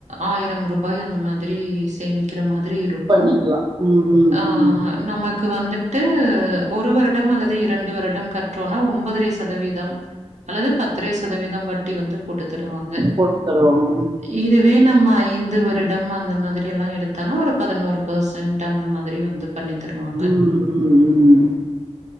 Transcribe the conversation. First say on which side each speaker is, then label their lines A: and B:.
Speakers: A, on the right; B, on the right.
A: ஆயிரம் ரூபாய் அந்த மாதிரி சேமிக்கிற மாதிரி இருக் ருக்கு
B: பண்ணிக்கலாம் ம் ம்
A: ஆ
B: ம்
A: நமக்கு வந்து ட்டு ஒரு வருடம் அல்லது இரண்டு வருடம் கட்றோனா ஒம்பதரை சதவீதம் அல்லது பத்தரை சதவீதம் வட்டி வந்து போட்டு தருவாங்க
B: போட்டு தருவாங்கோ
A: இதுவே நம்ம ஐந்து வருடம் அந்த மாதிரி எல்லா எடுத் தெனோ ஒரு பதினோரு பெர்சன்ட் அந்த மாதிரி வந்து பண்ணி தருவாங்க
B: ம் ம் ம்